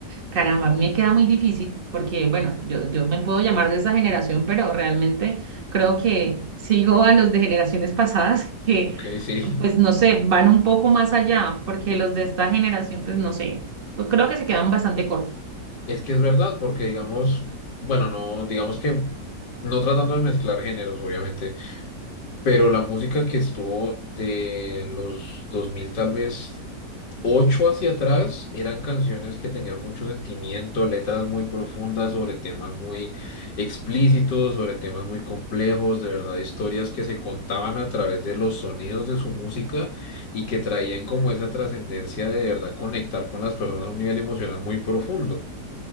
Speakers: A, on the right; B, on the left.
A: Caramba, a mí me queda muy difícil porque, bueno, yo, yo me puedo llamar de esa generación, pero realmente creo que sigo a los de generaciones pasadas <laughs> que,
B: Ok, sí,
A: pues, no sé, van un poco más allá, porque los de esta generación, pues, no sé, yo creo que se quedan bastante cortos.
B: es que es verdad porque digamos, bueno, no, digamos que no tratando de mezclar géneros obviamente, pero la música que estuvo de los 2000 tal vez ocho hacia atrás eran canciones que tenían mucho sentimiento, letras muy profundas sobre temas muy explícitos, sobre temas muy complejos, de verdad, historias que se contaban a través de los sonidos de su música y que traían como esa trascendencia de verdad conectar con las personas a un nivel emocional muy profundo